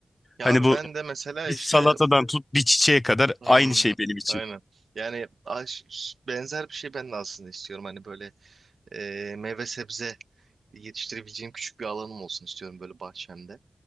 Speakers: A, on the right; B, on the left.
A: Ya
B: Hani
A: abi
B: bu
A: ben de mesela
B: bir
A: işte
B: salatadan tut bir çiçeğe kadar
A: hmm,
B: aynı şey benim için.
A: aynen. Yani aş- benzer bir şey ben de aslında istiyorum. Hani böyle e, meyve sebze yetiştirebileceğim küçük bir alanım olsun istiyorum böyle bahçemde.